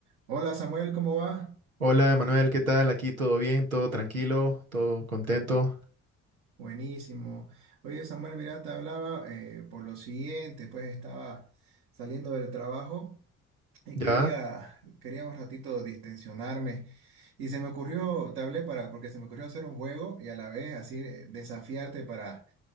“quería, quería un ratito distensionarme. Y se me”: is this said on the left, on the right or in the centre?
Right